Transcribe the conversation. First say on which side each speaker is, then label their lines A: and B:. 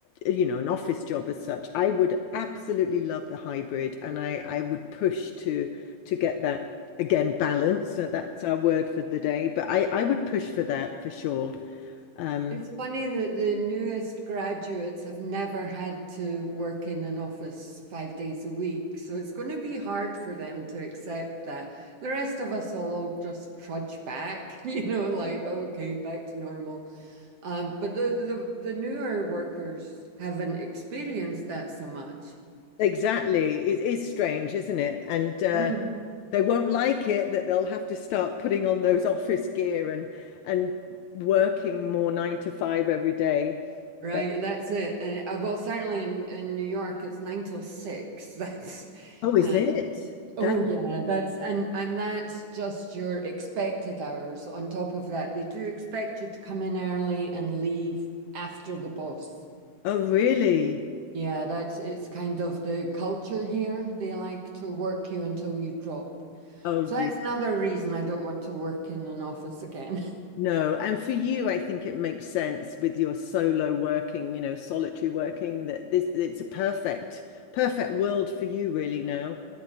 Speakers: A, on the left; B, on the right.
A: a- you know, an office job as such, I would absolutely love the hybrid, and I I would push to to get that again balance. So that's our word for the day. But I I would push for that for sure. Um,
B: It's funny that the newest graduates have never had to work in an office five days a week. So it's going to be hard for them to accept that. The rest of us will all just trudge back, <laughs> you know, like, okay, back to normal. Um, but the, the, the newer workers haven't experienced that so much.
A: exactly, it is strange, isn't it? And uh,
B: Mm.
A: they won't like it that they'll have to start putting on those office gear and and working more nine to five every day.
B: Right,
A: But
B: that's it. And uh, well, certainly in, in New York, it's nine till six. <laughs> That's
A: oh, is
B: uh,
A: it? That
B: Oh yeah, that's and and that's just your expected hours. On top of that, they do expect you to come in early and leave after the boss.
A: oh, really?
B: Yeah, that's it's kind of the culture here. They like to work you until you drop.
A: Oh,
B: So
A: dear.
B: that's another reason I don't want to work in an office again.
A: No. And for you, I think it makes sense with your solo working, you know, solitary working that this it's a perfect, perfect world for you really now.